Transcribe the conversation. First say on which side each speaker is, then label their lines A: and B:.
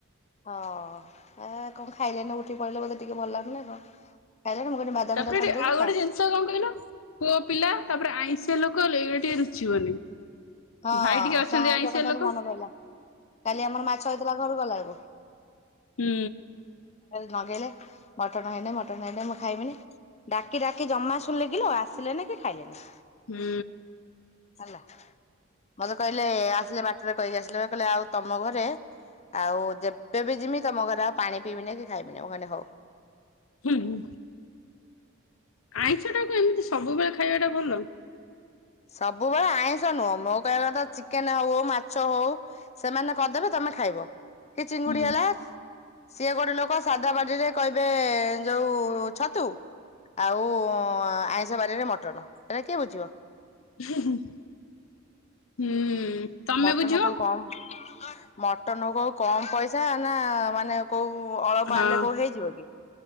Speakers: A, on the left; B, on the left.
A: ହଁ ଏ କଣ ଖାଇଲେ ନା ଉଠିପଳେଇଲେ ବୋଧେ ଟିକେ ଭଲ ଲାଗୁନ କଣ। ଖାଇଲେଣି ମୁଁ କହିଲି ବାଦାମ
B: ତାପରେ
A: ଦିଟା ଛଡେଇ
B: ଏଠି
A: ଦଉଛି
B: ଆଉ
A: ଖା
B: ଗୋଟେ ଜିନିଷ କଣ କହିଲ ପୁଅ ପିଲା ତାପରେ ଆଇଁଷି ଲୋକ। କହିଲେ ଏ ଟିକେ‌ ରୁଚିବନି।
A: ହଁ
B: ଭାଇ ଟିକେ ଅଛନ୍ତି
A: ସେ ଆଇଷ
B: ଆଇଁଷିଆ
A: କଥାାରୁୁ
B: ଲୋକ
A: ମନେ ପଡିଲା। କାଲି ଆମର ମାଛ ହେଇଥିଲା ଘରୁ ଗଲାବେଳେକୁ।
B: ହୁଁ।
A: ରଗେଇଲେ। ମଟନ୍ ହେଇନି ମଟନ୍ ହେଇନି ମୁଁ ଖାଇବିନି। ଡାକି ଡାକି ଜମା ଶୁଣଲେକିଲ ଆସିଲେନି କି ଖାଇଲେନି।
B: ହୁଁ।
A: ହେଲା ମତେ କହିଲେ ଆସିଲେ ବାଟରେ କହିକି ଆସିଲେ ବା କହିଲେ ଆଉ ତମ ଘରେ ଆଉ ଯେବେ ବି ଜିମି ତମ ଘରେ ଆଉ ପାଣି ପିଇବିନି କି ଖାଇବିନି ମୁ କହିଲି ହଉ।
B: ହୁଁ ହୁଁ ଆଇଁଷଟାକୁ ଏମିତି ସବୁବେଳେ ଖାଇବା ଟା ଭଲ
A: ସବୁବେଳେ ଆଇଁଷ ନୁହଁ ମୋ କହିବା କଥା ଚିକେନ ହଉ ମାଛ ହଉ ସେମାନେ କରିଦେବେ ତ ତମେ ଖାଇବ କି ଚିଙ୍ଗୁଡି
B: ହୁଁ।
A: ହେଲା ସିଏ ଗୋଟେ ଲୋକ ସାଧା ବାରିରେ କହିବେ ଯୋଉ ଛତୁ ଆଉ ଆଇଁଷ ବାରରେ ମଟନ ଏଟା କିଏ ବୁଝିବ?
B: ହୁଁ। ତମେ
A: ମଟନ
B: ବୁଝିବ
A: କୋଉ କମ ମଟନ କୋଉ କମ ପଇସା ନା ମାନେ କୋଉ ଅଳ୍ପ
B: ହଁ।
A: ଆଣିଲେ କୋଉ ହେଇଯିବ କି